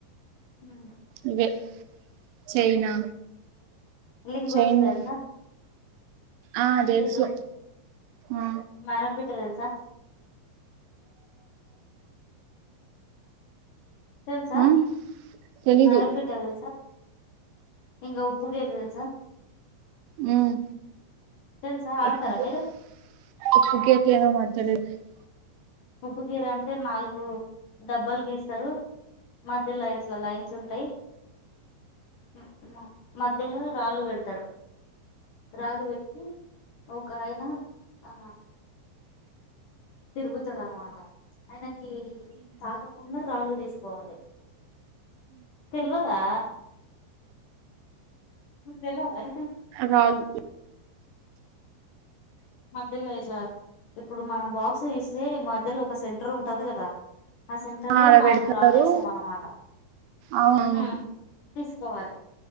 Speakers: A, on the left; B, on the right.
A: హూ
B: ఇవే చైనా
A: లింగోచ్చు
B: చైనా
A: తెలుసా
B: ఆ తెలుసు
A: లింగోచ్చు
B: ఆ
A: మారంపిట్ట తెలుసా తెలుసా
B: ఆ తెలీదు
A: మారంపిట్ట తెలుసా ఇంకా ఉప్పుగేరు తెలుసా
B: మ్
A: తెలుసా ఆడతారా
B: ఉప్పు
A: మీరు
B: <unintelligible>
A: ఉప్పు గీర అంటే నాలుగు డబ్బాలు గీస్తరు మధ్యలో ఇట్లా లైన్స్ ఉంటయ్ మ మ మధ్యలో రాళ్లు తరు రాల్లు వెట్టి ఓకాయనా ఆ తిరుగుతడు అనమాట ఆయన కి తాకకుండా రాల్లు తీసుకోవాలి తెల్వదా మీకు దెల్వదా అయితే
B: రాళ్ళు
A: మధ్యలో ఇట్లా ఇప్పుడు మనం బాక్స్ తీస్తే మధ్యలో ఒక సెంటర్ ఉంటాది కదా ఆ సెంటర్ లో
B: ఆడ
A: నాలుగు
B: పెడతారు
A: రాల్లేస్తాం అన్నమాట
B: అవును
A: హ్మ్మ్ తీస్ పోవాలె